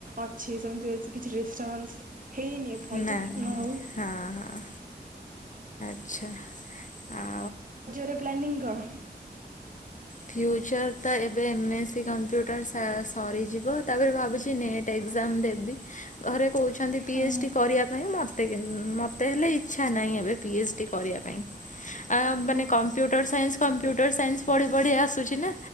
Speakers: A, on the right; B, on the left.
A: ଅଛି ସେମିତି ବ କିଛି ଡିଷ୍ଟର୍ବାନ୍ସ ହେଇନି ଏପର୍ଯ୍ୟନ୍ତ
B: ନାହିଁ
A: ନ ହଉ
B: ହଁ ହଁ ଆଚ୍ଛା ଆ
A: ରଜରେ ପ୍ଲାନିଂ କଣ?
B: ଫ୍ୟୁଚର ତ ଏବେ <unintelligible> ଯେଉଁଟା ସା ସରିଯିବ। ତାପରେ ଭାବୁଛି ନେଟ୍ ଏଜାମ ଦେବି। ଘରେ କହୁଛନ୍ତି ପି
A: ହୁଁ
B: ଏଚ ଡି କରିବା ପାଇଁ ମତେ ମତେ ହେଲେ ଇଛା ନାଇଁ ଏବେ ପି ଏଚ ଡି କରିବା ପାଇଁ। ଆ
A: ଓହୋ
B: ମାନେ କମ୍ପ୍ୟୁଟର ସାାଇନ୍ସ କମ୍ପ୍ୟୁଟର ସାଇନ୍ସ ପଢ଼ି ଥୋଡ଼ି ଆସୁଛି ନା।